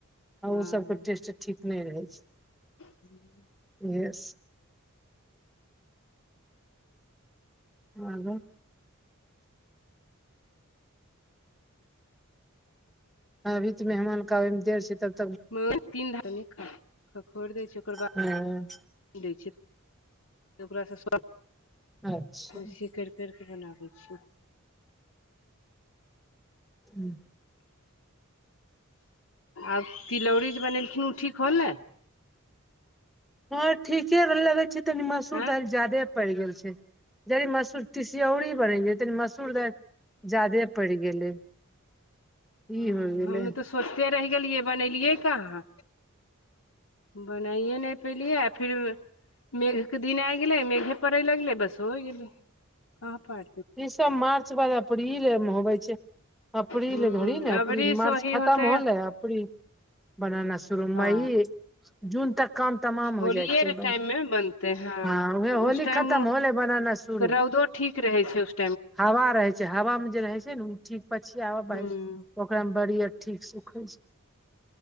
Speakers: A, in the centre; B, on the left.
A: आ
B: हँ
A: ओ सब के टेस्ट ठीक नय रहै छै
B: ह <unintelligible>
A: एस आ <unintelligible> अभीत मेहमानके आबैमे देर छै तऽ
B: म तीन धार्मिक खखोरि दै छै ओकर बादै
A: हँ
B: छै ओकरासँ
A: अच्छा
B: खुशी करि कर के बनाबै छीयै
A: हूँ
B: आब तिलौरी जे बनेलखिन ओ ठीक होलै
A: हँ ठीके भ लगै छै तनी मसूर
B: आँय
A: दालि ज्यदे पड़ि गेल छै जदि मसूर तसियौरी बनै छतनी मसूर तऽ ज्यदे पड़ गेलै
B: ह
A: ई होइ गेलै
B: हमे तऽ सोचते रहि गेलियै बनेलियै कहाँ बनाइए नहि पेलियै आ फिर मेघ के दिन आ गेलै मेघे पड़ै लगलै बस हो होइ गेली कहाँपड़
A: ई सब मार्च बाल अप्रील होवे छै अपरी
B: हूँ
A: ल घरी ने
B: अबरी
A: अपरील मारच
B: से ओही
A: खतम
B: होतै
A: होलै अपरील बना नसुर
B: हँ
A: मइ जून तक काम तमाम
B: होलिये
A: हो जाइ छै,
B: रे टाइम मे बनतै
A: हँ उह होली
B: उस टाइम
A: खतम होलै बनना शुरू।
B: के रौदो ठीक रहै छै सभ
A: हवा रहै छै, हवामे जे रहै छै ने ओ ठीक पछिव
B: हूँ
A: ओकरा मे बड़ीयर ठीक सुखै छै।